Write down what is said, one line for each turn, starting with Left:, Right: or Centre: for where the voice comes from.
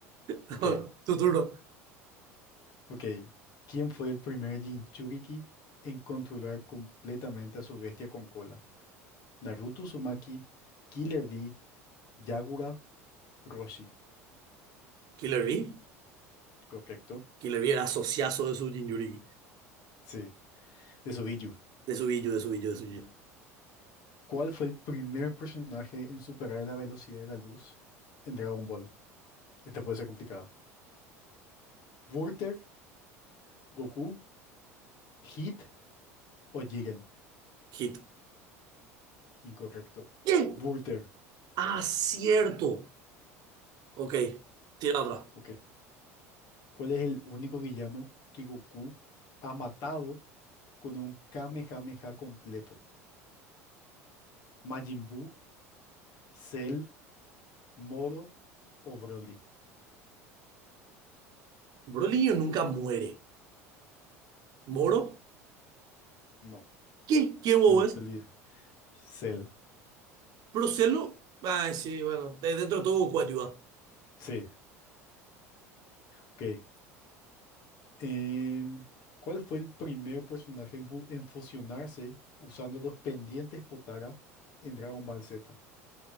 Right: <laughs>
Left: Ok.
Right: Tu turno.
Left: Ok. ¿Quién fue el primer Jinchuriki en controlar completamente a su bestia con cola? Naruto Uzumaki, Killer Bee, Yagura, Roshi.
Right: Killer B.
Left: Correcto.
Right: Killer B era asociazo de su Jinjuriki.
Left: Sí, de Subiyu.
Right: De su Biju, de su Biju, de su Biju.
Left: ¿Cuál fue el primer personaje en superar la velocidad de la luz en Dragon Ball? Esta puede ser complicada. Wurter, Goku, Hit o Jiren.
Right: Hit.
Left: Incorrecto.
Right: ¿Qué?
Left: Wurter.
Right: Ah, cierto. Ok. Tira otra.
Left: Ok. ¿Cuál es el único villano que Goku ha matado con un Kamehameha completo? ¿Majin Buu, Cell, Moro o Broly?
Right: Brolinho nunca muere. ¿Moro?
Left: No,
Right: ¿Qué? ¿Quién vos
Left: te te
Right: es?
Left: olvidé. Cell.
Right: ¿Procelo? Ay, sí, bueno. de- Dentro de todo Goku ayuda.
Left: Sí. Ok. Em, ¿cuál fue el primer personaje en, fu- en fusionarse usando los pendientes Potara en Dragon Ball Z?